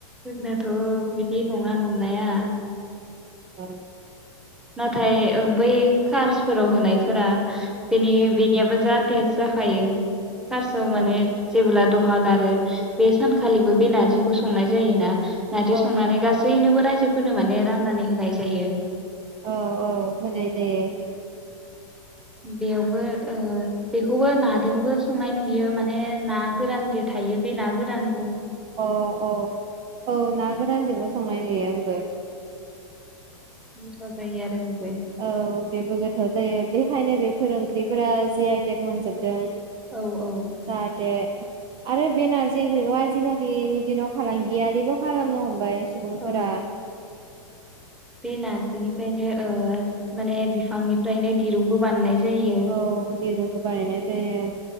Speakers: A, in the centre; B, on the right (about 30°).
A: जोंनाथ' बिदि नङा नंनाया
B: <inaudible>
A: नाथाय बै कार्सफोराव होनायफोरा बेनि बिनिया जाद थेज जाखायो। कार्सआव
B: औ
A: माने जेबोला द'हा गारो बे सानखालिबो बे नार्जिखौ संनाय जायोना। नार्जि
B: औ
A: संनानै
B: बे
A: गासैनोबो रायजो फोरनो माने राननानै होनाय जायो।
B: औ औ होनाय जायो।
A: बेयावबो ओ बेखौबो नादोंबो संनाय नुयो माने ना गोरान जे थायो बे ना गोरान
B: अ अ औ ना गोरानजोंबो संनाय नुयो आंबो।
A: <unintelligible>
B: औ बेबो गो थाव जायो बेखायनो बेफोर ओंख्रिफोरा जि आइ टेग मोनजोबदों।
A: औ औ
B: जाहाते आरो बे नारजि ओंख्रिखौ आजिखालिनि दिनाव फालांगियारिबो खालामनो हमबाय। सुबुंफोरा
A: औ बे नारजिनिफ्रायनो ओ माने बिफांनिफ्रायनो दिरुंबोु बानायनाय जायो
B: औ दे बानायनाय जायो।